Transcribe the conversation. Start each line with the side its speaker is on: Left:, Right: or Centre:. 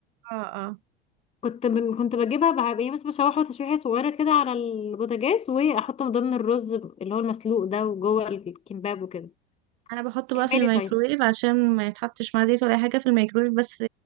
Right: اه اه
Left: كنت من كنت بجيبها بع- يعني بس بشوحه تشويحه صغيره كده على البوتاجاز واحطه من ضمن الرز اللي هو المسلوق ده وجوه الكيمباب وكده
Right: انا بحطه
Left: كملي
Right: بقى في الميكروويف
Left: طيب
Right: عشان ما يتحطش مع زيت ولا اي حاجه في الميكروويف بس